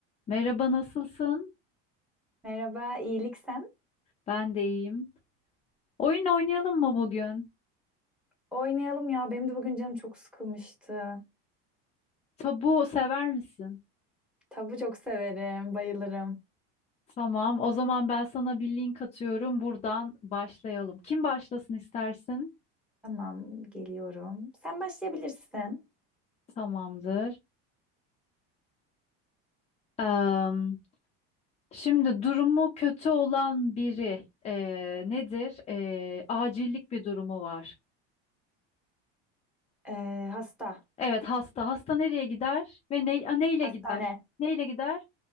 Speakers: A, on the left; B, in the centre.
A: Merhaba, nasılsın?
B: Merhaba, iyilik sen?
A: Ben de iyiyim. Oyun oynayalım mı bugün?
B: Oynayalım ya. Benim de bugün canım çok sıkılmıştı.
A: Tabu sever misin?
B: Tabu çok severim, bayılırım.
A: Tamam, o zaman ben sana bir link atıyorum. Buradan başlayalım. Kim başlasın istersin?
B: Tamam, geliyorum. Sen başlayabilirsin.
A: Tamamdır. Am, şimdi durumu kötü olan biri eee, nedir? Eee, acillik bir durumu var.
B: Ee, hasta,
A: Evet, hasta. Hasta nereye gider ve ne, a, neyle
B: hastane,
A: gider? Neyle gider?